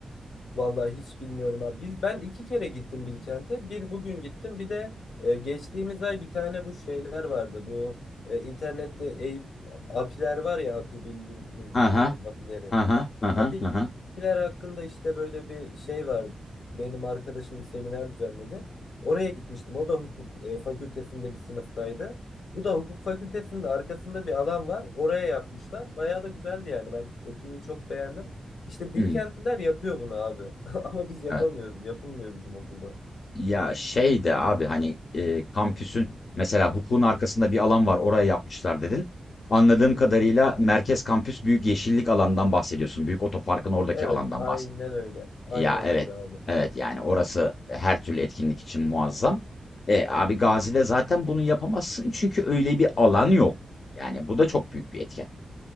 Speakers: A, on the left; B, on the left.
A: Vallahi hiç bilmiyorum abi. Biz, ben iki kere gittim Bilkent'e. Bir bugün gittim. Bir de e, geçtiğimiz ay bir tane bu şeyler vardı. Bu e, internette Eyüp apiler var ya api bil- bil- bilmiyorum
B: Aha,
A: apileri.
B: aha, aha,
A: Apiler
B: aha.
A: hakkında işte böyle bir şey vardı. Benim arkadaşım bir seminer düzenledi. Oraya gitmiştim. O da hukuk e, fakültesinde bir sınıftaydı. Bu da hukuk fakültesinin arkasında bir alan var. Oraya yapmışlar. Bayağı da güzeldi yani. Ben etkinliği çok beğendim. İşte Bilkentliler
B: Hmm,
A: yapıyor bunu abi. <laughs> Ama biz yapamıyoruz.
B: evet.
A: Yapılmıyor bizim okulda.
B: Ya şey de abi hani e, kampüsün mesela hukukun arkasında bir alan var oraya yapmışlar dedin. Anladığım
A: Hı
B: kadarıyla
A: hı.
B: merkez kampüs büyük yeşillik alandan bahsediyorsun. Büyük otoparkın oradaki
A: Evet,
B: alandan
A: aynen
B: bahsediyorsun.
A: öyle. Aynen
B: Ya evet.
A: öyle abi.
B: Evet yani orası her türlü etkinlik için muazzam. E, abi Gazi'de zaten bunu yapamazsın çünkü öyle bir alan yok. Yani bu da çok büyük bir etken.